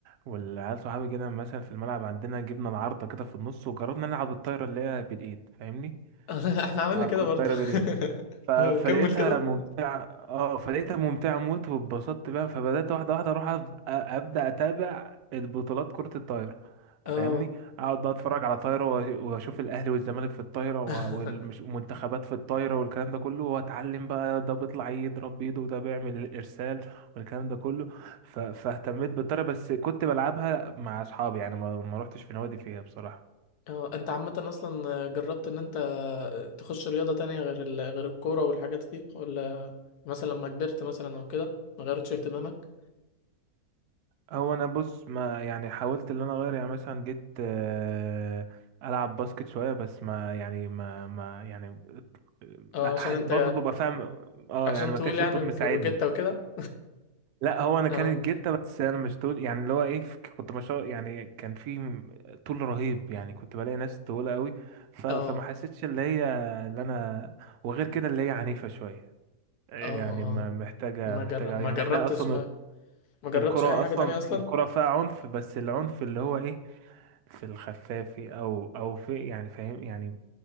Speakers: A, on the right; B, on the left.
A: والعيال صحابي كده مثلا في الملعب عندنا جبنا العارضة كده في النص وجربنا نلعب الطايرة اللي هي بالإيد فاهمني؟
B: <laughs> احنا عملنا
A: نلعب
B: كده
A: كرة
B: برضو
A: طايرة بالإيد
B: <laughs>
A: ف... فلقيتها
B: كمل كده
A: ممتعة اه فلقيتها ممتعة موت واتبسطت بيها فبدأت واحدة واحدة اروح أب... ابدأ اتابع البطولات كرة الطايرة
B: اه
A: فاهمني اقعد بقى اتفرج على طايرة و- واشوف الاهلي والزمالك في الطايرة و-
B: <laughs>
A: والمش- والمنتخبات في الطايرة والكلام ده كله واتعلم بقى ده بيطلع يضرب بايده وده بيعمل الارسال والكلام ده كله ف... فاهتميت بالطايرة بس كنت بلعبها مع اصحابي يعني ما, ما روحتش في نوادي فيها بصراحة
B: اه انت عامة اصلا جربت ان انت تخش رياضة تانية غير ال... غير الكورة والحاجات دي ولا مثلا لما كبرت مثلا او كده ما غيرتش اهتمامك
A: هو انا بص ما يعني حاولت ان انا اغير يعني مثلا جيت آه، العب باسكت شويه بس ما يعني ما ما يعني ما
B: اه عشان
A: حس...
B: انت
A: برضه ببقى فاهم اه
B: عشان
A: يعني ما
B: طويل
A: كانش
B: يعني
A: الطول
B: وج-
A: مساعدني
B: وجدت وكده
A: لا هو انا
B: اه
A: كانت جيتة بس انا مش طول يعني اللي هو ايه كنت ما شاء يعني كان في م- طول رهيب يعني كنت بلاقي ناس طويله قوي ف... فما
B: اه
A: حسيتش اللي هي اللي انا وغير كده اللي هي عنيفه شويه يعني
B: اه اه
A: ما محتاجه
B: ما
A: محتاجه
B: جر... ما
A: يعني
B: جربتش
A: احنا اصلا
B: ما ما جربتش
A: الكرة
B: اي حاجة
A: أصلا
B: تانية اصلا
A: الكرة فيها عنف بس العنف اللي هو إيه في الخفافي أو أو في يعني فاهم يعني